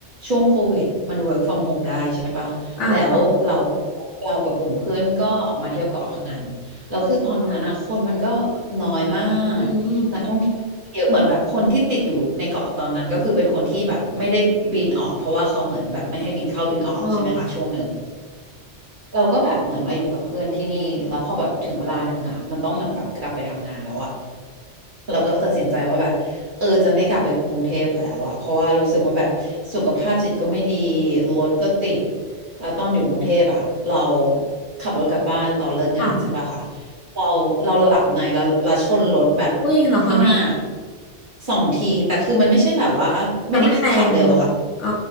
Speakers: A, on the right; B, on the left.
A: ช่วงโควิดมัน work from home ได้ใช่ปะแล้วเราก็เรากับกลุ่มเพื่อนก็มาเที่ยวเกาะพะงัน
B: อ่าค่ะ
A: แล้วคือตอนนั้นอะคนมันก็น้อยมากนักท่องเที่ยวเยอะเหมือนแบบคนที่ติดอยู่ในเกาะตอนนั้นก็คือเป็นคนที่แบบไม่ได้บินออกเพราะว่าเขาเหมือนแบบไม่ให้บินเข้าบินออกใช่ไหมคะช่วงหนึ่ง
B: อืมอ๋อ
A: เราก็แบบเหมือนมาอยู่กับเพื่อนที่นี่แล้วพอแบบถึงเวลาหนึ่งอ่ะมันต้องเหมือนแบบกลับไปทำงานแล้วอ่ะเราก็ตัดสินใจว่าแบบเออจะไม่กลับไปกรุงเทพแล้วอ่ะเพราะว่ารู้สึกว่าแบบสุขภาพจิตก็ไม่ดีรถก็ติดแล้วตอนอยู่กรุงเทพอ่ะเราขับรถกลับบ้านตอนเลิกงานใช่ปะคะ
B: ค่ะ
A: เราเราหลับในเราเราชนรถแบบ
B: อุ้ยเหรอคะ
A: ข้างหน้าสองทีแต่คือมันไม่ใช่แบบว่าไม่ได้ขับเร็วอะค่ะ
B: แต่ไม่แรงอ๋อ